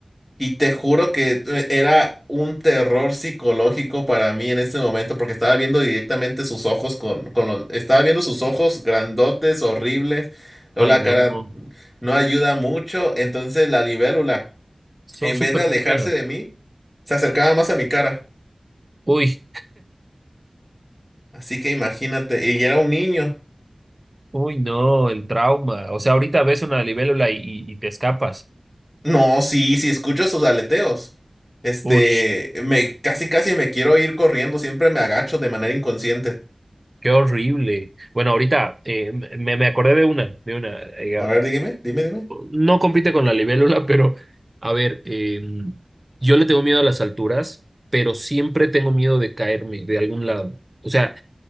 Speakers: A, in the centre; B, on the right.
A: Y te juro que eh, era un terror psicológico para mí en ese momento, porque estaba viendo directamente sus ojos con, con los, estaba viendo sus ojos grandotes, horribles, o
B: Ay,
A: la
B: no,
A: cara
B: no,
A: no ayuda mucho. Entonces la libélula,
B: son
A: en
B: súper
A: vez de alejarse
B: feas.
A: de mí, se acercaba más a mi cara.
B: Uy,
A: Así que imagínate, y era un niño.
B: uy, no, el trauma. O sea, ahorita ves una libélula y, y y te escapas.
A: No, sí, sí, escucho sus aleteos. Este,
B: Uy.
A: me casi casi me quiero ir corriendo, siempre me agacho de manera inconsciente.
B: Qué horrible. Bueno, ahorita eh, me, me acordé de una, de una. eh,
A: A ver, dígame, dime, dime.
B: no compite con la libélula, pero a ver, eh, yo le tengo miedo a las alturas, pero siempre tengo miedo de caerme de algún lado. O sea,